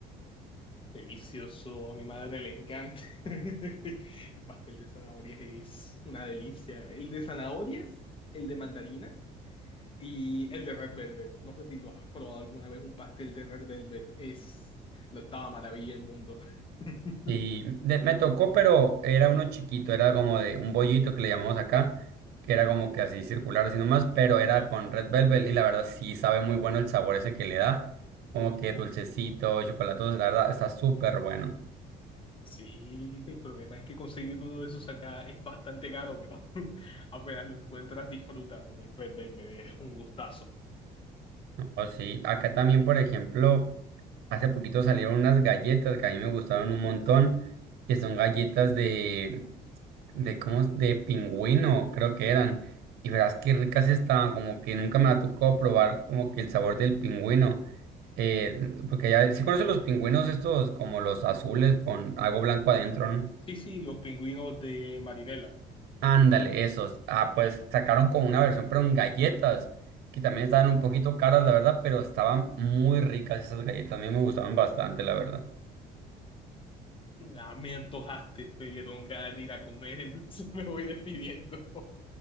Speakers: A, on the left (about 30°); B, on the right (about 70°).
A: Delicioso, a mi madre le encanta. <laughs> El pastel de zanahorias es una delicia. El de zanahorias, el de mandarina. Y el de Red Velvet, no sé si lo has probado alguna vez, un pastel de Red Velvet es la octava maravilla del mundo. <laughs>
B: Y de- me tocó, pero era uno chiquito, era como de un bollito que le llamamos acá, que era como que así circular, así nomás, pero era con red velvet y la verdad sí sabe muy bueno el sabor ese que le da, como que dulcecito, chocolatoso, la verdad está súper bueno.
A: Sí, el problema es que conseguir uno de esos acá es bastante caro, pero <laughs> apenas lo encuentras, disfrútalo. El Red Velvet es un gustazo.
B: Oh, sí, acá también, por ejemplo, hace poquito salieron unas galletas que a mí me gustaron un montón, que son galletas de, de, ¿cómo? es? De pingüino, creo que eran. Y verás qué ricas estaban, como que nunca me ha tocado probar como que el sabor del pingüino. Eh, porque ya, si conoces los pingüinos estos, como los azules con algo blanco adentro, ¿no?
A: Sí, sí, los pingüinos de Marinela.
B: Ándale, esos. Ah, pues sacaron con una versión, pero en galletas, que también estaban un poquito caras, la verdad, pero estaban muy ricas esas galletas. A mí me gustaban bastante, la verdad.
A: Ah, me antojaste, me dieron ganas de ir a comer, entonces <laughs> me voy despidiendo.